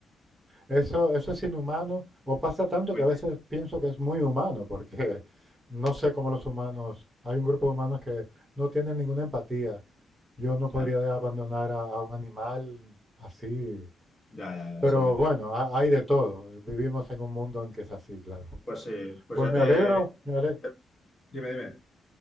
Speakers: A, on the right; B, on the left.
A: Eso, eso es inhumano, o pasa tanto
B: Es muy
A: que a
B: triste.
A: veces pienso que es muy humano, porque no sé cómo los humanos, hay un grupo de humanos que no tienen ninguna empatía. Yo no
B: Ya,
A: podría de- abandonar a, a un animal así,
B: ya, ya, ya,
A: pero
B: es horrible.
A: bueno, ha- hay de todo. Vivimos en un mundo en que es así, claro.
B: Pues sí, pues
A: Pues
B: ya
A: me
B: te...
A: alegro, me ale-
B: ya- Dime, dime.